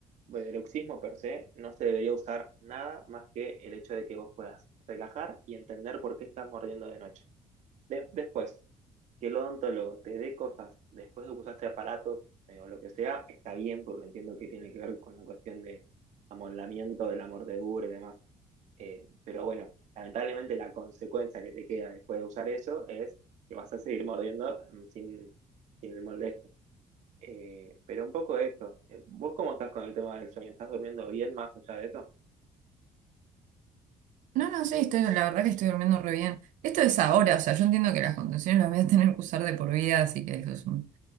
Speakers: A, on the right; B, on the right.
A: bruxismo per se, no se debería usar nada más que el hecho de que vos puedas relajar y entender por qué estás mordiendo de noche. De- después, que el odontólogo te dé cosas después de que usaste aparatos eh, o lo que sea, está bien porque entiendo que tiene que ver con la cuestión de amoldamiento de la mordedura y demás. Eh, pero bueno, lamentablemente la consecuencia que te queda después de usar eso es que vas a seguir mordiendo mm, sin, sin el molde. este. Eh, pero un poco de esto, eh, ¿vos cómo estás con el tema del sueño? ¿Estás durmiendo bien más allá de eso?
B: No, no, sí, estoy, la verdad que estoy durmiendo re bien. Esto es ahora, o sea, yo entiendo que las contenciones las voy a tener que usar de por vida, así que eso es un